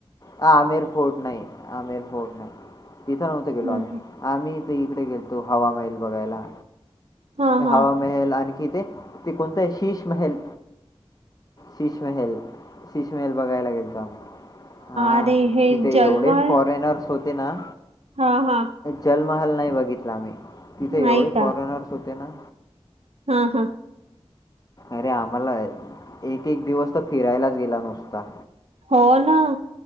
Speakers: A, on the left; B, on the right.
A: ह आमिर फोर्ट नाही आमिर फोर्ट नाही तिथं नव्हतं तिथे गेलतो
B: हं
A: आम्ही आम्ही इकडे गेलतो हवा महेल बघायला
B: हं
A: हवामहेल
B: हा हा
A: आणखी ते ते कोणतं आहे शिष महेल शिष महेल शिश महेल बघायला गेलतो आम्ही हा
B: अरे हे
A: तिथे
B: जलवाल
A: एवढे फॉरेनर्स होत तिथे ना
B: हा हा
A: जलमहेल नाही बघितला आम्ही तिथे
B: नाही
A: एवढे
B: का
A: फॉरेनर्स त्यांना
B: हा हा
A: अरे आम्हाला एक एक दिवस तर फिरायलाच गेला नुसता
B: हो ना